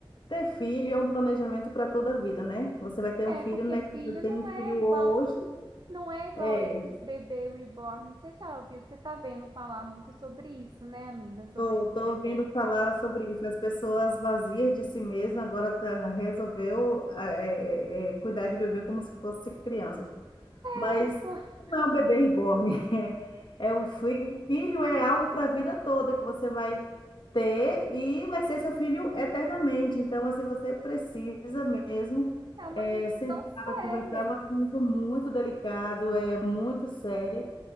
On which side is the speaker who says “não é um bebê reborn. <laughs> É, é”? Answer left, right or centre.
Left